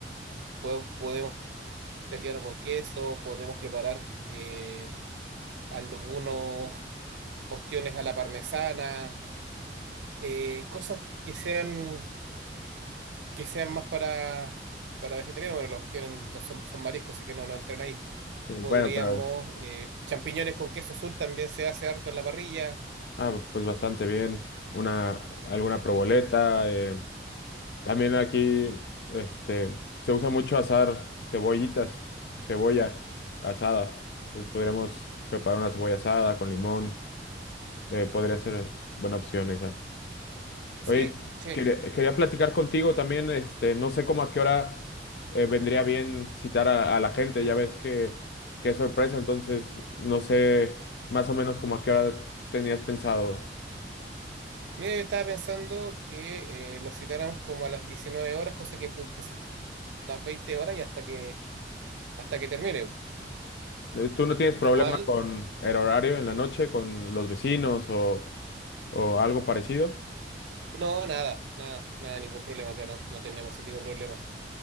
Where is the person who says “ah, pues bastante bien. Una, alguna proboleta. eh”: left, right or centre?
Left